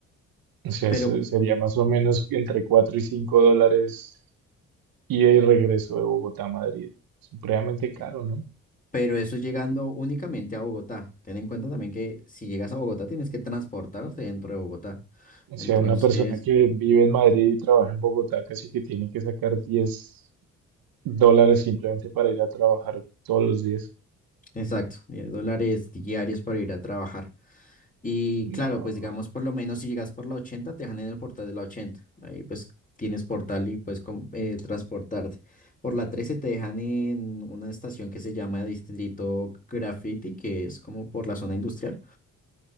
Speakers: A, on the right; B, on the left.
A: O sea,
B: Pero,
A: se- sería más o menos entre 4 y 5 dólares ida y regreso de Bogotá a Madrid. Supremamente caro,
B: eh,
A: ¿no?
B: Pero eso es llegando únicamente a Bogotá. Ten en cuenta también que si llegas a Bogotá tienes que transportarte dentro de Bogotá.
A: O
B: Entonces,
A: sea, una persona que vive en Madrid y trabaja en Bogotá casi que tiene que sacar diez dólares simplemente para ir a trabajar todos los días.
B: exacto, diez dólares diarios para ir a trabajar. Y
A: No,
B: claro, pues digamos, por lo menos si llegas por la 80, te dejan en el portal de la 80. Ahí pues tienes portal y puedes com- eh, transportarte. Por la 13 te dejan en una estación que se llama Distrito Graffiti, que es como por la zona industrial.